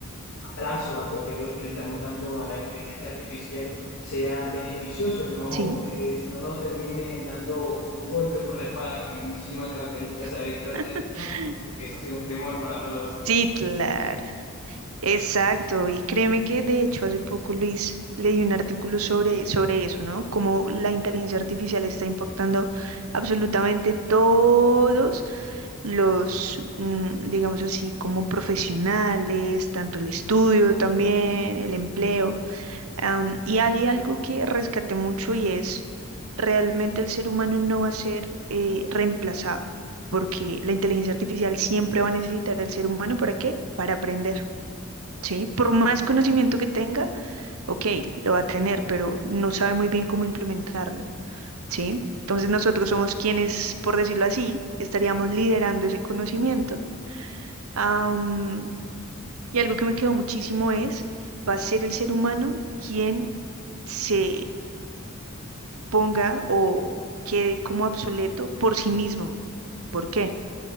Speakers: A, on the left (about 75°); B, on the right (about 75°).
A: abrazo acogedor que le estamos dando a la inteligencia artificial sea beneficioso y no,
B: sí.
A: es- no nos termine dando un golpe por la espada como en muchísimas de las películas se ha venido
B: <laughs>
A: viendo, ¿no? Eso ha sido un temor para todos.
B: Sí, claro. Exacto. Y créeme que de hecho hace poco Luis leí un artículo sobre, sobre eso, ¿no? Cómo la inteligencia artificial está impactando absolutamente todos los, mm, digamos así, como profesionales, tanto el estudio también, el empleo. Am, y hay algo que rescaté mucho y es, realmente el ser humano no va a ser eh, reemplazado, porque la inteligencia artificial siempre va a necesitar al ser humano. ¿Para qué? Para aprender, ¿sí? Por más conocimiento que tenga, ok, lo va a tener, pero no sabe muy bien cómo implementarlo, ¿sí? Entonces nosotros somos quienes, por decirlo así, estaríamos liderando ese conocimiento. Am, y algo que me quedó muchísimo es, va a ser el ser humano quien se ponga o quede como obsoleto por sí mismo. ¿Por qué?